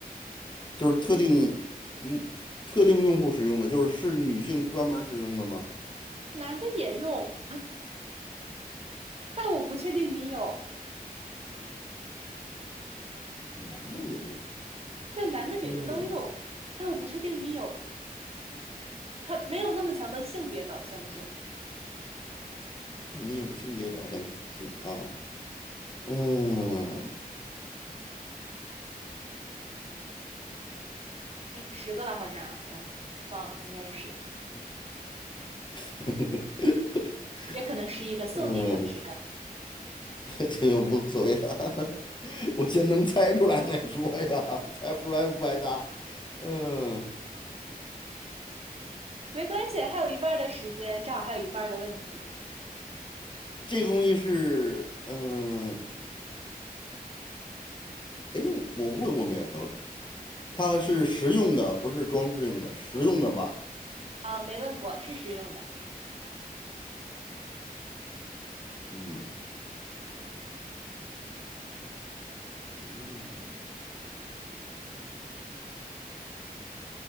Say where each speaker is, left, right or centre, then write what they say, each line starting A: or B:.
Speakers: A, on the left (about 30°); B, on the right (about 40°).
A: 就是特定，嗯，特定用户使用的，就是是女性专门儿使用的吗？
B: 男的也用，但我不确定你有。
A: 男的也用，
B: 对，男的女的都用，
A: 嗯，
B: 但我不确定你有。它没有那么强的性别导向性。
A: 没有性别导向性啊，嗯，
B: 哎，十个了好像啊，我忘了，应该是十个，
A: <laughs>
B: 也可能十一个，送你一个，
A: 嗯，
B: 十个
A: <laughs> 这个无所谓了，<laughs> 我先能猜出来再说呀，猜不出来不白搭。嗯，
B: 没关系，还有一半儿的时间，正好还有一半儿的问题。
A: 这个东西是，嗯，哎，我问过没有？它是实用的，不是装饰用的，实用的吧？
B: 啊，没问过，是实用的，
A: 嗯，实用的